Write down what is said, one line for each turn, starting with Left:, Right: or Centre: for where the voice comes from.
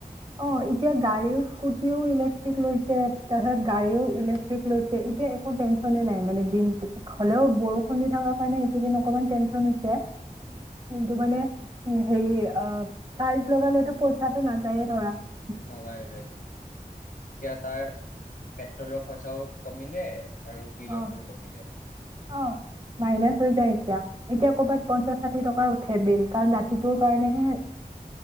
Right: অ' এতিয়া গাড়ী স্কুটিও ইলেক্ট্ৰিক লৈছে। তাৰপিছত গাড়ীও ইলেক্ট্ৰিক লৈছে। এতিয়া একো টেনচনে নাই মানে দিনটো। হ'লেও বৰষুণ দি থকাৰ কাৰণে এইকেইদিন অকমান টেনচন হৈছে।
Left: উম।
Right: কিন্তু মানে, উম, হেৰি অ টাইলচ লগালেটো পইচাটো নাযায়ে। অ' <unintelligible>
Left: নাযায় নাযায় এতিয়া তাৰ পেট্ৰলৰ খৰচাও কমিলে, আৰু বিলৰটোও
Right: অ'
Left: কমিলে
Right: অ' মাইনাচ হৈ যায় এতিয়া, এতিয়া কৰ'বাত
Left: সেইটো
Right: পঞ্চাশ ষাঠি টকা উ থেবিল কাৰণ <unintelligible> ৰাতিটোৰ কাৰণেহে